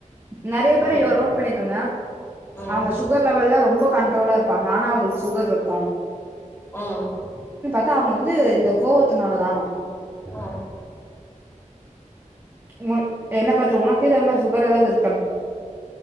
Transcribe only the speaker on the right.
நெறைய பேர
நோட் பண்ணிக்கங்க
அவுங்க ஷுகர் லெவெல்லா ரொ ம்ப கன்ட்ரோலா இருப்பாங்க ஆனா அவுங்ளுக்கு சுகர் இருக்கு
தா அவுங்க வந்து இந்த கோவத்துனாலதா
உ என்ன பாத்துட்டு உனக்கு எதுவு அது மாரி சுகர் எதாவுது இருக்கான்